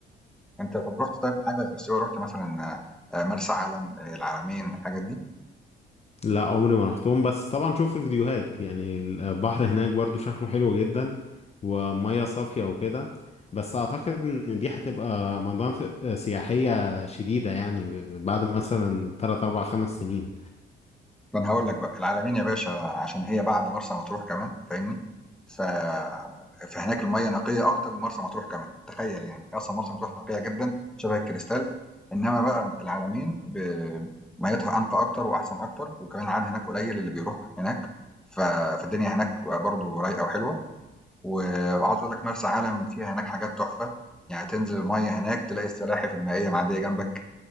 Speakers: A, in the centre; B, on the left (about 30°).
A: أنت طب رحت طيب حاجة غير سيوة رحت مثلا آه، آه، مرسى علم آه، العلمين الحاجات دي؟
B: لا عمري ما رحتهم بس طبعا شفت فيديوهات يعني البحر هناك برضو شكله حلو جدا ومياه صافية وكده بس اعتقد ان دي هتبقى مناطق سياحية شديدة يعني بعد مثلا 3 4 5 سنين
A: ما أنا هاقول لك بقى، العلمين يا باشا عشان هي بعد مرسى مطروح كمان فاهمني؟ ف فهناك المَيّة نقية أكتر من مرسى مطروح كمان، تخيّل يعني، هي أصلًا مرسى مطروح نقية جدًا شبه الكريستال، إنّما بقى العلمين ب مَيّتها أنقى أكتر وأحسن أكتر، وكمان العدد هناك قليل اللي بيروح هناك، ف فالدنيا هناك برضه رايقة وحلوة، و وعاوز أقول لك مرسى علم فيها هناك حاجات تحفة، يعني تنزل المَيّة هناك تلاقي السلاحف المائية معدّية جنبك.